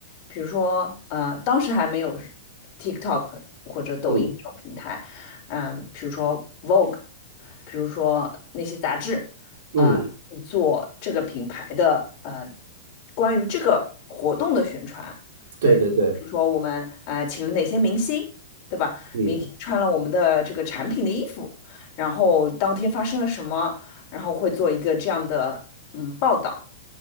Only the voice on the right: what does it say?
嗯
嗯，
对对对，
嗯。